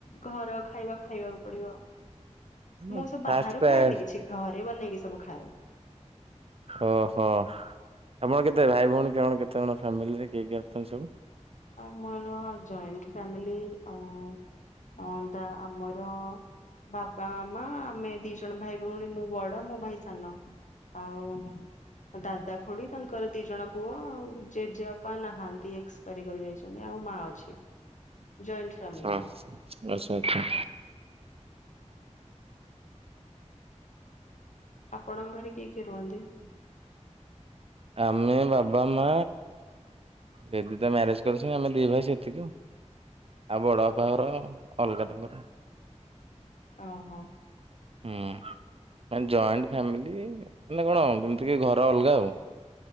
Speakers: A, on the left; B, on the right.
A: ଘର ଖାଇବା ଖାଇବାକୁ ପଡିବ
B: ମାନେ
A: ମୁଁ ସବୁ
B: ଫାଷ୍ଟ
A: ବାହାରୁ
B: ପ୍ରାୟ
A: ଖାଏନି କିଛି। ଘରେ ବନେଇକି ସବୁ ଖାଏ।
B: ଓହୋ ଆପଣ କେତେ ଭାଇ ଭଉଣୀ କଣ କେତେ ଜଣ ଫ୍ୟାମିଲିରେ କିଏ କିଏ ଅଛନ୍ତି ସବୁ?
A: ଆଉ ମୋର ଜଏଣ୍ଟ ଫ୍ୟାମିଲି ଆଉ ଆମଦ ଆମର ବାପା ମାମା ଆମେ ଦି ଜଣ ଭାଇ ଭଉଣୀ ମୁଁ ବଡ ମୋ ଭାଇ ସାନ। ଆଉ ଦାଦା ଖୁଡି ତାଙ୍କର ଦି ଜଣ ପୁଅ ଆଉ ଜେଜେବାପା ନାହାନ୍ତି। ଏକ୍ସ ପାରି କରି ଯାଇଛନ୍ତି ଆଉ ମା ଅଛି। ଜଏଣ୍ଟ ଫ୍ୟାମିଲି
B: ହଁ
A: ଆମର
B: ଆଛା ଆଛା।
A: ଆପଣଙ୍କ ଘରେ କିଏ କିଏ ରୁହନ୍ତି?
B: ଆମେ ବାବା ମା ବେବିତା ମ୍ୟାରେଜ କରିଚି ଆମେ ଦିଇ ଭାଇ ସେତିକି ଆଉ। ଆଉ ବଡ ବାପାଘର ଅଲଗା ତାଙ୍କର।
A: ଓହୋ।
B: ହୁଁ। ମାନେ ଜଏଣ୍ଟ ଫ୍ୟାମିଲି ହେଲେ କଣ ଯେମିତି କି ଘର ଅଲଗା ଆଉ।